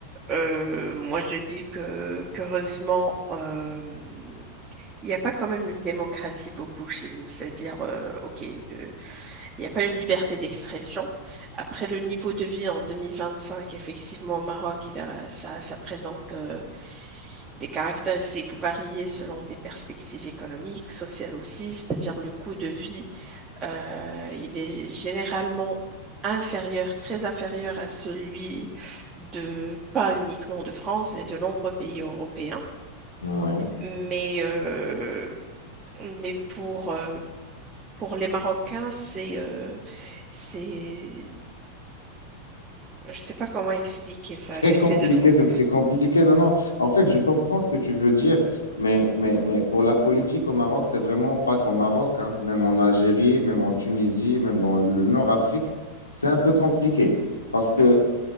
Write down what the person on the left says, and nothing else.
Ouais.
très
compliqué,
c'est très compliqué. Non, non, en fait, je comprends ce que tu veux dire, mais, mais, mais pour la politique au Maroc, c'est vraiment pas qu'au Maroc, hein. Même en Algérie, même en Tunisie, même dans le Nord-Afrique, c'est un peu compliqué. Parce que